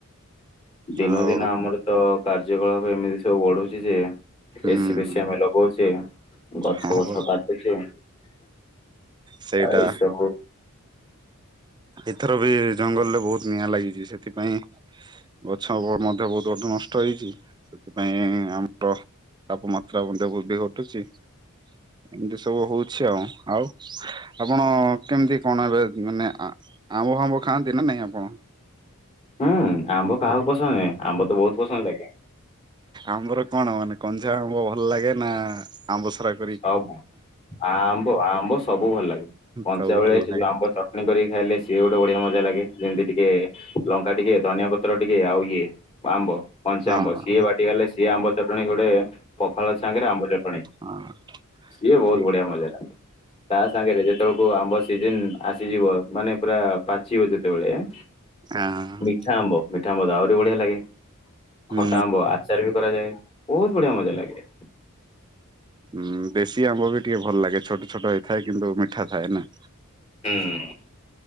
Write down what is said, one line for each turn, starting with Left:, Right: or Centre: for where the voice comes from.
Left: ଦିନ
Right: ଆଉ
Left: କୁ ଦିନ ଆମର ତ କାର୍ଯ୍ୟକଳାପ ଏମିତି ସବୁ ବଢୁଛି ଯେ
Right: ହୁଁ।
Left: ଏସି ପେସି ଆମେ ଲଗଉଚେ। ଗଛ
Right: ହଁ
Left: ବଛ କାଟୁଚେ ଆଉ
Right: ସେଇଟା
Left: ଏଇସବୁ ହୁଁ
Right: ଏଥର ବି ଜଙ୍ଗଲରେ ବହୁତ ନିଆଁ ଲାଗିଛି। ସେଥିପାଇଁ ଗଛ ମଧ୍ୟ ବହୁତ ଗଟେ ନଷ୍ଟ ହେଇଛି। ସେଥିପାଇଁ ଆମର ତାପମାତ୍ରା ମଧ୍ୟ ବୃଦ୍ଧି ଘଟୁଛି। ଏମିତି ସବୁ ହଉଛି ଆଉ ଆଉ ଆପଣ କେମିତି କଣ ହେବେ ମାନେ ଆ ଆମ୍ବ ଫାମ୍ବ ଖାଆନ୍ତି ନା ନାଇଁ ଆପଣ?
Left: ହୁଁ ଆମ୍ବ କାହାକୁ ପସନ୍ଦ ନାଇଁ ଆମ୍ବ ତ ବହୁତ ପସନ୍ଦ ଆଜ୍ଞା।
Right: ଆମ୍ବର କଣ ମାନେ କଞ୍ଚା ଆମ୍ବ ଭଲ ଲାଗେ ନା ଆମ୍ବ ସୋରା
Left: ସବୁ ଆମ୍ବ ଆମ୍ବ ସବୁ ଭଲ ଲାଗେ। କଞ୍ଚା
Right: ସବୁ
Left: ବେଳେ
Right: ଭଲ
Left: ସେ
Right: ଲାଗେ
Left: ଯୋଉ ଆମ୍ବ ଚଟ୍ ଣି କରିକି ଖାଇଲେ ସିଏ ଗୋଟେ ବଢିଆ ମଜା ଲାଗେ ଯେମିତି ଟିକେ ଲଙ୍କା ଟିକେ ଧନିଆ ପ ତ୍ର ଟିକେ ଆଉ ଇଏ ଆମ୍ବ କଞ୍ଚ
Right: ହଁ
Left: ଆମ୍ବ
Right: ହଁ
Left: ସିଏ ବାଟି ଗଲେ ସିଏ ଆମ୍ବ ଚଟଣି ଗୋଟେ ପଖାଳ ସାଙ୍ଗରେ ଆମ୍ବ ଚଟଣି।
Right: ହଁ।
Left: ସିଏ ବହୁତ
Right: ଠିକ
Left: ବଢିଆ ମଜା ଲାଗେ। ତା ସାଙ୍ଗରେ ଯେତେବେଳକୁ ଆମ୍ବ ସିଜନ ଆସିଯିବ ମାନେ ପୁରା ପାଚିବ ଯେତେବେଳେ <inaudible>
Right: ଅ ହଁ।
Left: ମିଠା ଆମ୍ବ ମିଠା ଆମ୍ବ ଆହୁରି ବଢିଆ ଲାଗେ
Right: ହୁଁ
Left: ଖଟା ଆମ୍ବ ଆଚାର ବି କରାଯାଏ ବହୁତ ବଢିଆ ମଜା ଲାଗେ।
Right: ହୁଁ ବେଶ ସି ଆମ୍ବ ବି ଟିକେ ଭଲ ଲାଗେ ଛୋଟ ଛୋଟ ହେଇ ଥାଏ କିନ୍ତୁ ମିଠା ଥାଏ ନା।
Left: ହୁଁ।